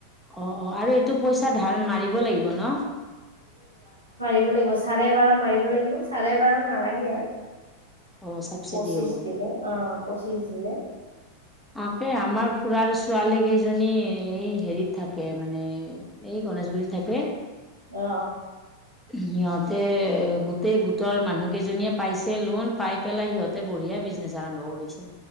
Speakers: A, in the centre; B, on the right.
A: অ', অ' আৰু এইটো পইচা ধাৰ মাৰিব লাগিব ন?
B: লাগ চাৰে বাৰ মাৰিব লাগিব চাৰে বাৰ নালাগে আৰু।
A: অ'! চাবচিডি
B: পঁচিছ
A: হ'ব।
B: দিলে অ পঁচিছ <unintelligible>
A: একে, আমাৰ খুড়াৰ ছোৱালী কেইজনী, এই সেৰিত থাকে। মানে, এই গণেশগুৰিত থাকে।
B: আৰু। অ
A: সিহঁত তে, গোটেই গোটৰ মানুহ কেইজনীয়ে পাইছে লোণ। পাই পেলাই, সিহঁতে বঢ়িয়া বিজনেচ আৰম্ভ কৰিছে।